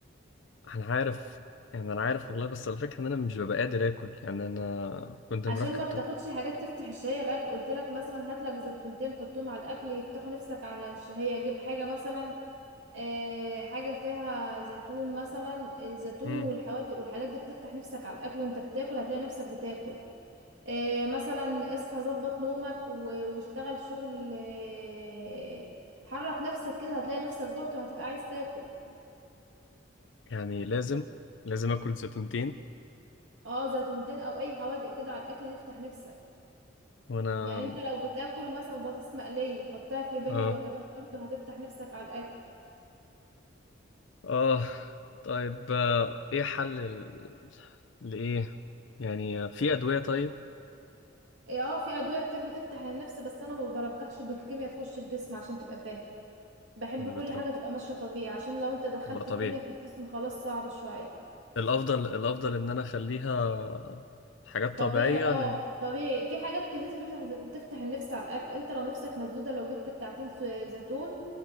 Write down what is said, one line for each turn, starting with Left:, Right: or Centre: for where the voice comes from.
Left: أنا عارف يعني أنا عارف والله بس الفكرة إن أنا مش ببقى قادر آكل يعني أنا كنت
Right: عشان
Left: مركب
Right: ما بتاخدش
Left: طب
Right: حاجات تفتح الشهية الاكل قلت لك مثلا هات لك زيتونتين حطهم على الاكل يفتحوا نفسك على الشهية جيب حاجة مثلا آه، حاجة فيها زيتون مثلا الزيتون
Left: امم
Right: والحوادق والحاجات دي بتفتح نفسك على الأكل وانت بتاكل هتلاقي نفسك بتاكل آه، مثلا اصحى ظبط نومك و- واشتغل شغل آه، حرك نفسك كده هتلاقي نفسك جعت وهتبقى عايز تاكل
Left: يعني لازم لازم آكل زيتونتين
Right: اه زيتونتين او اي حوادق كده على الاكل دي يفتح نفسك
Left: وأنا
Right: يعني انت لو بتاكل مثلا بطاطس مقلية حطها في بين
Left: آه
Right: الوجبات برضه هتفتح نفسك على الاكل
Left: آه طيب آه إيه حل ال... لإيه يعني في أدوية طيب
Right: اه في ادوية كتير بتفتح النفس بس انا ما برجحش بالكيمياء تخش الجسم عشان تبقى فاهم بحب
Left: أنا
Right: كل
Left: بترج
Right: حاجة تبقى ماشية طبيعي عشان لو انت دخلت
Left: أبقى طبيعي
Right: الكيمياء في الجسم خلاص صعب شوية
Left: الافضل الافضل ان انا اخليها حاجات
Right: طبيعي
Left: طبيعيه
Right: اه
Left: لان
Right: طبيعي في حاجات كتير تفتح تفتح النفس على الأكل انت لو نفسك مسدودة لو جبت بتاعتين س- زيتون